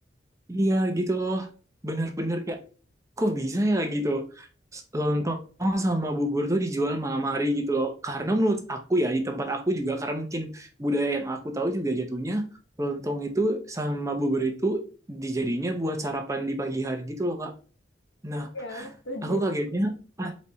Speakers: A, on the right (about 15°); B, on the left (about 85°).
A: iya gitu loh. Bener-bener kayak kok bisa ya gitu lontong sama bubur tuh dijual malam hari gitu loh karena menurut aku ya di tempat aku juga karena mungkin budaya yang aku tahu juga jatuhnya lontong itu sama bubur itu dijadinya buat sarapan di pagi hari gitu loh kak nah
B: Iya, aku setuju.
A: aku kagetnya ah,